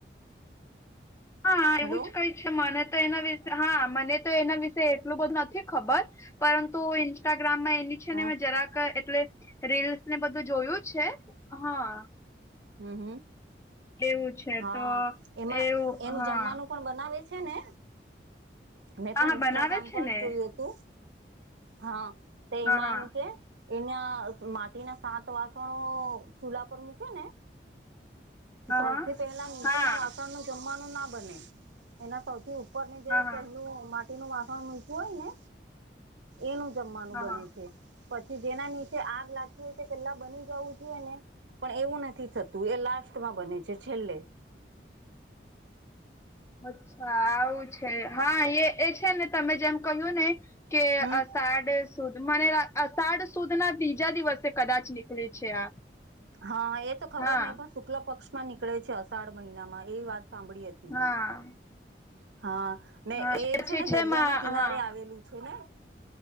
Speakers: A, on the left; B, on the right.
A: હા
B: હલો
A: એવું જ કઈ છે મને તો એના વિશે હા મને તો એના વિશે એટલું બધું નથી ખબર. પરંતુ ઇન્સ્ટાગ્રામમાં એની છે
B: હા
A: ને મે જરાક એટલે રીલ્સ ને બધું જોયું છે હા.
B: હમ્મ હમ્મ
A: એવું છે
B: હા
A: તો
B: એમાં
A: એવું
B: એનું
A: હા
B: જમવાનું
A: હા
B: પણ બનાવે જ. છેને મેં પણ
A: હા
B: ઇન્સ્ટાગ્રામ
A: બનાવે છે
B: પર
A: ને
B: જ જોયું હતું. હા તે
A: હા
B: એમાં એમ કે એના માટીના સાત વાસણો ચૂલા પર મૂકે ને
A: હા હા
B: સૌથી પહેલા નીચેના
A: હા
B: વાસણનું જમવાનું ના બને એના સૌથી ઉ પરનું જે
A: હા
B: પહેલું
A: હા
B: માટીનું વાસણ મૂક્યું હોય ને એનું જમ્માનું
A: હા
B: બને
A: હા
B: છે. પછી જેના નીચે આગ લાગતી હોય તે પેલા બની જવું જોઈએ ને પણ એવું નથી.. તું એ લાસ્ટમાં બને છે છેલ્લે.
A: અચ્છા આવું છે હા એ એ છે ને તમે જેમ કહ્યું ને.. કે
B: હમ
A: અષાઢ.. સુદ મને અષાઢ સુદ ના બીજા દિવસે કદાચ નીકળે છે આ...
B: હા એ તો ખબર
A: હા
B: નહિ પણ શુક્લ પક્ષમાં નીકળે છે. અષાઢ મહિનામાં એવી વાત સાંભળી હતી
A: હા
B: મેં. હા ને
A: હા
B: એ
A: પછી
B: છે ને દરિયા
A: માં
B: ના કિનારે
A: હા
B: આવેલું છે ને.